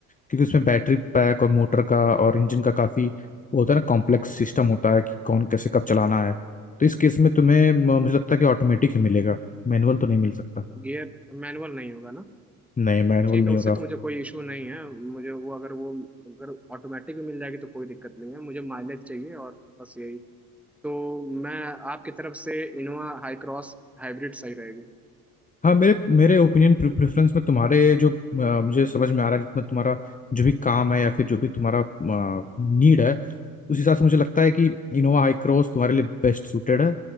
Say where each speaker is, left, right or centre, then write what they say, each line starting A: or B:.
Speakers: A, on the left; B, in the centre.
A: क्योंकि उसमें बैटरी पैक और मोटर का और इंजन का काफ़ी वो होता है ना कॉम्प्लेक्स सिस्टम होता है कि कौन कैसे कब चलाना है तो इस केस में तुम्हें म- मुझे लगता है कि ऑटोमेटिक ही मिलेगा मैनुअल तो नहीं मिल सकता
B: गियर मैनुअल नहीं होगा ना
A: नहीं मैनुअल
B: ठीक
A: नहीं
B: है उससे
A: होगा
B: तो मुझे कोई इशू नहीं है मुझे वो अगर वो अगर ऑटोमेटिक भी मिल जाएगी तो कोई दिक्कत नहीं है मुझे माइलेज चाहिए और बस यही तो मैं आपकी तरफ से इनोवा हाई क्रॉस हाइब्रिड सही रहेगी
A: हाँ मेरे मेरे ओपिनियन प्रेफरेंस में तुम्हारे जो अ, मुझे समझ में आ रहा है जितना तुम्हारा जो भी काम है या फिर जो भी तुम्हारा नीड है उस हिसाब से मुझे लगता है कि इनोवा हाई क्रॉस तुम्हारे लिए बेस्ट सूटेड है